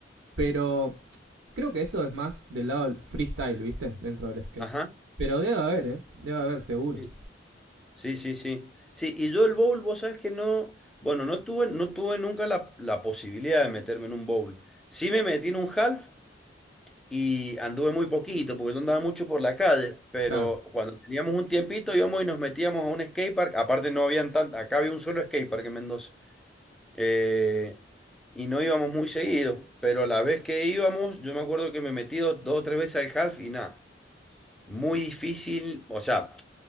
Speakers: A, on the right; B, in the centre.
A: pero creo que eso es más del lado del freestyle, ¿viste? Dentro del skate.
B: Ajá,
A: Pero debe haber, ¿eh? Debe haber, seguro.
B: sí, sí, sí, sí. Sí, y yo el bowl, vos sabés que no, bueno, no tuve, no tuve nunca la, la posibilidad de meterme en un bowl. Sí me metí en un half, y anduve muy poquito porque yo andaba mucho por la calle, pero
A: Claro,
B: cuando teníamos un tiempito íbamos y nos metíamos a un skatepark, aparte no habían tan, acá había un solo skatepark en Mendoza, eh, y no íbamos muy seguido, pero la vez que íbamos yo me acuerdo que me metí dos, dos o tres veces al half y nada, muy difícil, o sea,